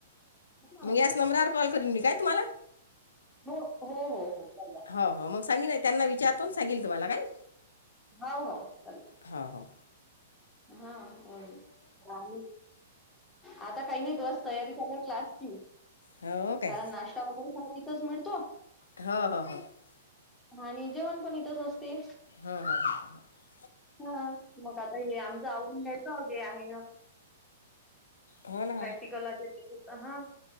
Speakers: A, in the centre; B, on the left.
A: ना.
B: मग याच नंबरावर कॉल करीन मी काय तुम्हाला
A: हो हो हो हो चांगला आहे
B: हो हो मग सांगीन त्यांना विचारतोन‌ सांगेल तुम्हाला काय
A: हो हो चालतय
B: हा हा
A: हा होय जाऊन ये आता काही नाही बस तयारी चालू आहे क्लासची
B: हो काय
A: कारण नाश्ता वगैरे तीथंच मिळतो
B: हो हो हो
A: आणि जेवन पण इथंच असते
B: ह हा ह हा ह
A: हा मग आता हे आमचं आवरून घ्यायचं अगे आहे हे
B: हो ना
A: प्रॅक्टिकल देते कुठ हा